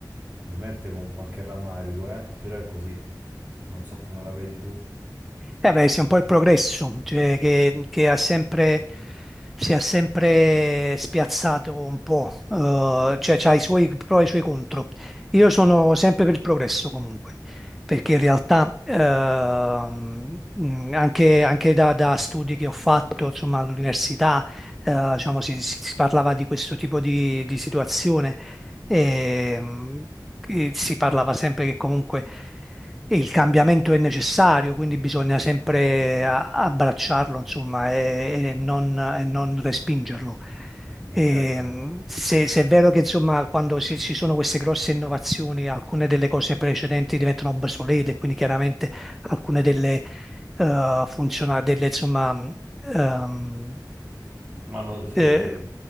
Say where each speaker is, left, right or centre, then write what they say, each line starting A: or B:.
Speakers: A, on the right; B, in the centre.
A: Ovviamente con qualche rammarico, eh, però è così. Non so come la vedi tu.
B: Eh beh, sì, un po' il progresso, cioè che, che ha sempre, si è sempre spiazzato un po', eh, cioè ha i suoi pro e i suoi contro. Io sono sempre per il progresso comunque, perché in realtà ehm, mh, anche, anche da, da studi che ho fatto, insomma, all'università, eh, diciamo, si, si- si parlava di questo tipo di, di situazione e, mh, e si parlava sempre che comunque e il cambiamento è necessario, quindi bisogna sempre a- abbracciarlo, insomma, e, e non, e non respingerlo.
A: Eh
B: E,
A: certo.
B: mh, se, se è vero che, insomma, quando ci ci sono queste grosse innovazioni, alcune delle cose precedenti diventano obsolete, quindi chiaramente alcune delle, eh, funziona delle, insomma, mh, ehm,
A: Ma no, sì,
B: eh,
A: de-